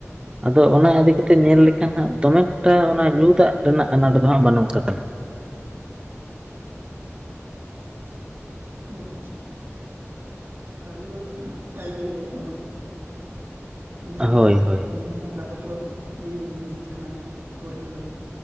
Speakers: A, on the right; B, on the right.
A: ᱟᱫᱚ ᱚᱱᱟ ᱤᱫᱤ ᱠᱟᱛᱮ ᱧᱮᱞ ᱞᱮᱠᱷᱟᱱ ᱦᱟᱸᱜ ᱫᱚᱢᱮ ᱮᱠᱴᱟ ᱚᱱᱟ ᱧᱩ ᱫᱟᱜ ᱨᱮᱱᱟᱜ ᱟᱱᱟᱴ ᱫᱚ ᱦᱟᱸᱜ ᱵᱟᱹᱱᱩᱜ ᱟᱠᱟᱫ ᱛᱟᱞᱮᱭᱟ ᱾
B: ᱟᱪᱪᱷᱟ, ᱛᱟᱦᱚᱞᱮ ᱫᱚ ᱱᱟᱯᱟᱭ ᱜᱮ ᱞᱟᱹᱭ ᱜᱟᱱᱚᱜᱼᱟ ᱾ ᱧᱩ
A: ᱦᱳᱭ
B: ᱫᱟᱜ
A: ᱦᱳᱭ
B: ᱧᱩ ᱨᱮᱱᱟᱜ ᱫᱟᱜ ᱜᱮᱛᱚ ᱢᱮᱱ ᱡᱤᱱᱤᱥ ᱠᱟᱱᱟ ᱟᱵᱚ ᱴᱷᱮᱱ ᱫᱚ